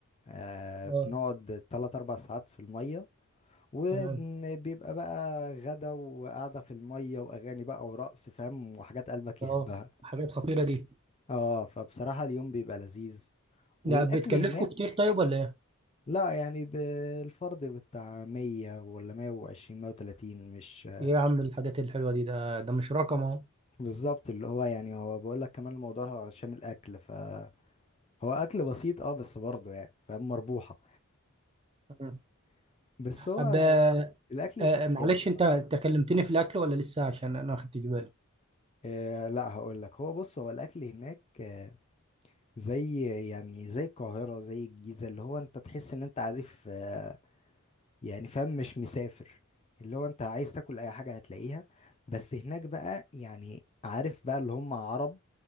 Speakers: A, on the left; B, on the right.
A: آه
B: اه
A: بنقعد تلات أربع ساعات في المية وبيبقى
B: تمام
A: بقى غدا وقعدة في المية وأغاني بقى ورقص فاهم وحاجات قلبك يحبها
B: اه حاجات خطيره دي
A: اه فبصراحة اليوم بيبقى لذيذ
B: ده
A: والأكل
B: بتكلفكم
A: هناك
B: كتير طيب ولا ايه
A: لا يعني بالفرد بتاع مية ولا مية وعشرين مية وتلاتين مش
B: ايه يا عم الحاجات الحلوه دي ده ده مش رقم اهو
A: بالظبط اللي هو يعني هو بقول لك كمان الموضوع شامل أكل فهو أكل بسيط اه بس برضه يعني فاهم مربوحة
B: تمام.
A: <laughs> بس هو
B: عب آه
A: الاكل
B: آه،
A: هناك
B: معلش
A: حلو الصراحه
B: انت انت كلمتني
A: هو-
B: في الاكل ولا لسه عشان انا ما خدتش بالي
A: آه لا هقول لك هو بص هو الاكل هناك آه زي يعني زي القاهره زي الجيزه اللي هو انت تحس ان انت عارف آه يعني فاهم مش مسافر اللي هو انت عايز تاكل اي حاجه هتلاقيها بس هناك بقى يعني عارف بقى اللي هم عرب